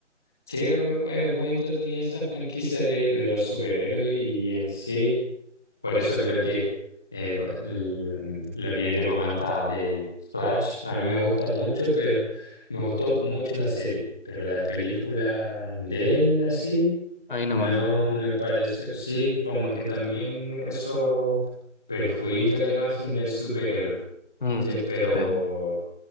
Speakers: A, in the centre; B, on the left (about 40°).
A: Sí, a mí- eh, es muy entretenida esa franquicia de, de los superhéroes y en sí, por eso creo que eh, el- lo que yo te comentaba de Flash, a mí me gusta mucho, pero me gustó mucho la serie, pero la película de él así
B: Ahí nomás.
A: no me pareció, sí, como que también eso perjudica la imagen del superhéroe,
B: Mm,
A: ¿cachai? Pero...
B: sí.